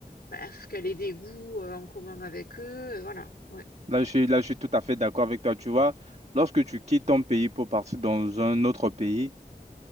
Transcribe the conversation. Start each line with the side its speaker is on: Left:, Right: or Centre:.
Left: bref, qu'elle ait des goûts euh, en commun avec eux. euh, voilà. Ouais.
Right: Là, je suis, là, je suis tout à fait d'accord avec toi. Tu vois, lorsque tu quittes ton pays pour partir dans un autre pays,